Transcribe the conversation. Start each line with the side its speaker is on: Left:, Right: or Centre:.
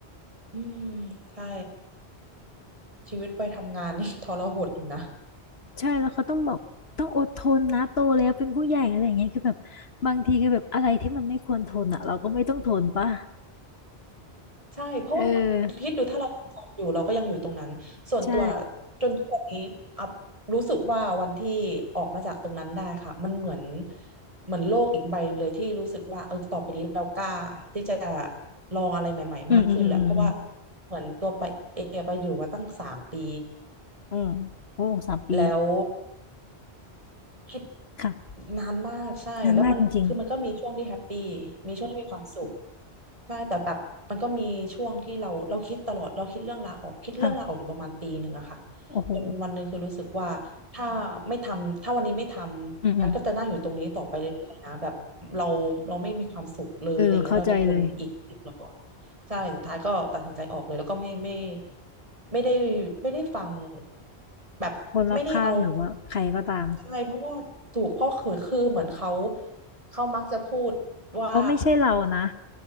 Right: อืมใช่ชีวิตไปทำงานนี่ <laughs> ทรหดอยู่นะ
Left: ใช่แล้วเขาต้องบอกต้องอดทนนะโตแล้วเป็นผู้ใหญ่อะไรอย่างเงี้ยคือแบบบางทีคือแบบอะไรที่มันไม่ควรทนอ่ะเราก็ไม่ต้องทนป่ะ
Right: ใช่เพราะว่า
Left: เออ
Right: คิดดูถ้าเราทำงานอยู่เราก็ยังอยู่ตรงนั้นส่วนตัว
Left: ใช่
Right: จนทุกวันนี้อัพรู้สึกว่าวันที่ออกมาจากตรงนั้นได้ค่ะมันเหมือนเหมือนโลกอีกใบหนึ่งเลยที่รู้สึกว่าเออต่อไปนี้เรากล้าที่จะลองอะไรใหม่ๆมากขึ้นแล้วเพราะว่า
Left: อืมอืมอืมอืม
Right: เหมือนตัวไปเอไปอยู่มาตั้งสามปี
Left: อืมโอ้สามปี
Right: แล้ว คิด
Left: ค่ะ
Right: นานมากใช่แล้วมันคือมันก็มีช่วงที่แฮปปี้
Left: นานมากจริง
Right: มีช่วงที่มีความสุขใช่แต่แบบมันก็มีช่วงที่เราเราคิดตลอดเราคิดเรื่องลาออกคิดเรื่องลาออกอยู่ประมาณปีหนึ่งอะค่ะ
Left: ๆค่ะโอ้โห
Right: จนวันหนึ่งคือรู้สึกว่าถ้าไม่ทำถ้าวันนี้ไม่ทำงั้นก็จะนั่งอยู่ตรงนี้ต่อไปเรื่อยๆนะแบบเราเราไม่มีความสุขเลยอะไรอย่างเงี้ยเราจะทนอีกอีกเหรอ
Left: อืมอืมเออเข้าใจเลย
Right: ใช่สุดท้ายก็ตัดสินใจออกเลยแล้วก็ไม่ไม่ไม่ได้ไม่ได้ฟังแบบไม่ได้เอา
Left: คนรอบข้างหรือว่าใครก็ตาม
Right: ใช่เพราะว่าถูกเพราะคือคือเหมือนเขาเขามักจะพูดว่า
Left: เขาไม่ใช่เรานะ